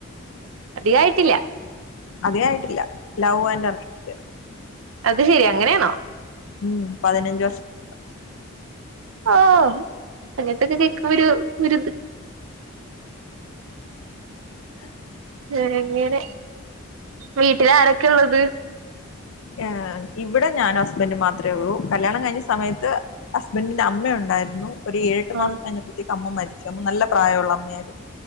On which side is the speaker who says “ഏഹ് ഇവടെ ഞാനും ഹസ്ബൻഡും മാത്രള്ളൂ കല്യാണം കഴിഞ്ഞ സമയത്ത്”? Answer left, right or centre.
Left